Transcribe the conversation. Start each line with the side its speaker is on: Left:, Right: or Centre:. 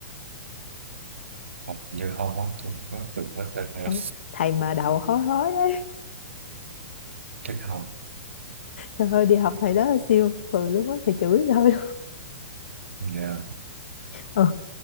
Right: hình như không á tôi không có từng có tên này
Left: ừ, thầy mà đầu hói hói đấy
Right: chắc không
Left: trời ơi đi học thầy đó là siêu cười luôn á thầy chửi thôi
Right: Dạ.
Left: ờ